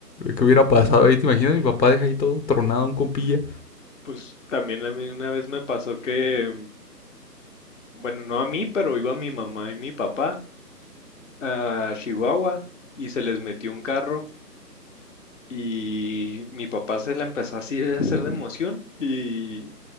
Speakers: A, on the left; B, on the left.
A: ¿Qué hubiera pasado ahí? ¿Te imaginas? Mi papá deja ahí todo tronado, un compilla.
B: Pues también a mí una vez me pasó que mm, Bueno, no a mí, pero iba mi mamá y mi papá a Chihuahua y se les metió un carro y mi papá se la empezó así a hacer de emoción y,